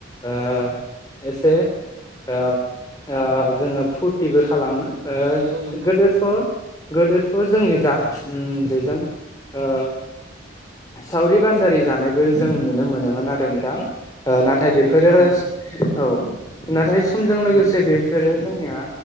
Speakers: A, on the left; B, on the right.
A: ओ एसे ओ ओ जोङो फुरथिबो खालामो। ओ
B: औ नोंथां
A: गोदोथ-गोदो
B: औ औ औ
A: थ जोंनि जा उम बेजों ओ सावरि-बान्दारि जानायबो जों नुनो मोनो नोमोन आरो नोंथां। ओ
B: औ
A: नाथाय
B: गोदोनि
A: बेफोरो
B: दिनाव नोंथां
A: औ नाथाय समजों
B: गोदोनि
A: लोगोसे
B: दिनाव
A: बेफोरो जोंनिया